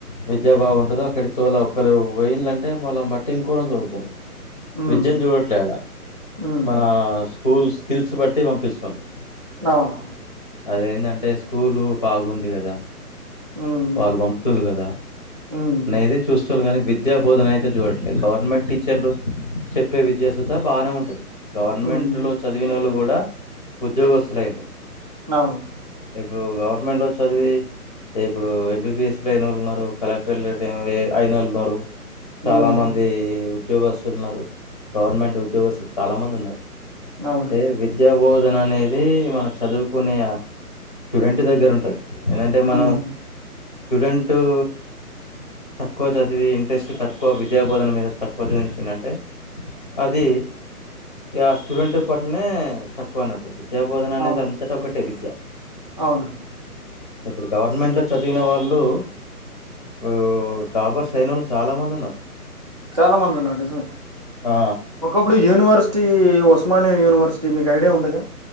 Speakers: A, on the left; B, on the right.
A: విద్యా బావముంటదో అక్కడి తోలా ఒక్కలూ వోయిన్లంటే వాళ్లన్ బట్టి ఇంకోలన్ దోల్తరు
B: ఉమ్,
A: విద్యన్ జూడట్లే ఆడా
B: ఉమ్,
A: మనా స్కూల్ స్కిల్స్ బట్టి పంపిస్తాన్రు
B: అవును
A: అదేంటంటే స్కూలూ బాగుంది గదా
B: ఉమ్,
A: వాల్ బంపుతున్లు గదా
B: ఉమ్,
A: నేది చూస్తున్లు గానీ విద్యా బోధన అయితే జూడట్లేదు గవర్నమెంట్ టీచర్లు చెప్పే విద్యాసుత బానే ఉంటది గవర్నమెంట్లో
B: ఉమ్,
A: చదివినోళ్ళు గూడా ఉద్యోగస్తులయిన్లు
B: నవును
A: ఇప్పుడూ గవర్నమెంట్లో చదివీ ఇప్పుడూ ఎంబీబీఎస్ లయినోళ్లున్నరూ కలెక్టర్లు <unintelligible> అయినోళ్లున్నరూ చాలా
B: ఉమ్,
A: మందీ ఉద్యోగస్తులు ఉన్నరు గవర్నమెంట్ ఉద్యోగస్తులు చాలా మంది ఉన్నరు.
B: అవును
A: అంటే విద్యా బోధన అనేదీ మనం చదువుకునే అ స్టూడెంట్ దగ్గర ఉంటది ఏదంటే మనం
B: ఉమ్,
A: స్టూడెంట్ ఊ తక్కువ చదివి ఇంట్రెస్ట్ తక్కువ విద్యా బోధన మీద తక్కువ జూయించిండు అంటే అదీ ఈఆ స్టూడెంట్ పట్లనే తక్కువ అన్నట్టు. విద్యా బోధన అనేది
B: అవును
A: అంతట ఒకటే విద్యా
B: అవునండి
A: ఇప్పుడు గవర్నమెంట్ లో చదివిన వాళ్ళు. ఓ జాబర్స్ అయినోల్లు చాలా మంది ఉన్నరు.
B: చాలా మంది ఉన్నారు నిజమే
A: ఆ
B: ఒకప్పుడు యూనివర్సిటీ ఉస్మానియా యూనివర్సిటీ మీకు ఐడియా ఉందిగా.